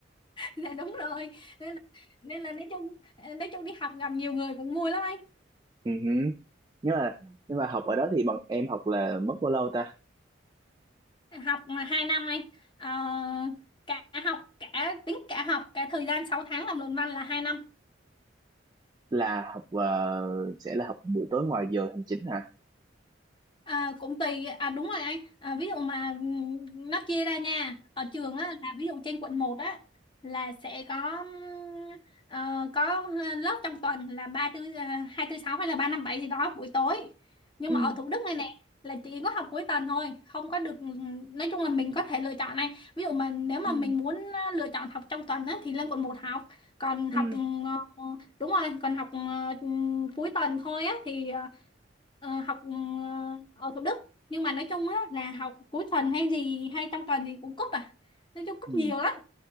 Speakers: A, on the left (about 25°); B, on the right (about 20°).
A: <laughs> là đúng rồi nên là, nên là nói chung ờ, nói chung đi học gặp nhiều người cũng vui lắm anh
B: ừ. hử. nhưng mà nhưng mà học ở đó thì bọn em học là mất bao lâu ta
A: học mà hai năm anh Ờ, cả học cả tính cả học cả thời gian 6 tháng làm luận văn là hai năm
B: là học ờ, sẽ là học buổi tối ngoài giờ hành chính hả
A: À, cũng tùy à đúng rồi anh à, ví dụ mà ừm, nó chia ra nha ở trường á là ví dụ trên quận một á là sẽ có ừm, ờ, có ờ, lớp trong tuần là ba tư ờ, hai tư sáu hay là ba năm bảy gì đó buổi tối nhưng
B: Ừ.
A: mà ở Thủ Đức này nè là chỉ có học cuối tuần thôi không có được nói chung là mình có thể lựa chọn này ví dụ mà nếu mà
B: Ừ.
A: mình muốn ờ, lựa chọn học trong tuần á thì lên quận một học còn
B: ừ
A: học ờ, ờ, đúng rồi còn học ờ, cuối tuần thôi á thì ờ, Ờ, học ừ, ở Thủ Đức nhưng mà nói chung á là học cuối tuần hay gì hay trong tuần thì cũng cúp à nói chung cúp
B: Ừ.
A: nhiều lắm